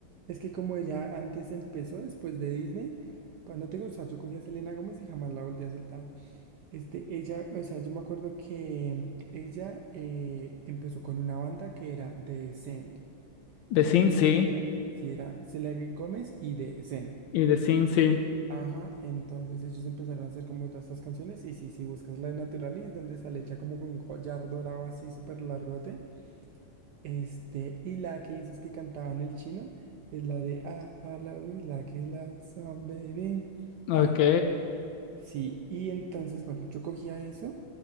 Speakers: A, on the right; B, on the left.
A: es que como ella antes empezó después de Disney, cuando te gusta, yo cogí a Selena Gómez y jamás la volví a soltar. Este, ella, o sea, yo me acuerdo que ella eh, empezó con una banda que era The Send.
B: The Sin
A: Entonces
B: sí.
A: era, sí, era Selena Gómez y The Send.
B: Y The Sin sí.
A: Ajá, entonces ellos empezaron a hacer como todas estas canciones. Y sí, si buscas la de Naturalis, donde sale ella como con un collar dorado así súper largote. Este, y la que dices que cantaba en el chino es la de ah, I love you like a loud song, baby.
B: Ok.
A: Ah, sí. Y entonces, bueno, yo cogía eso.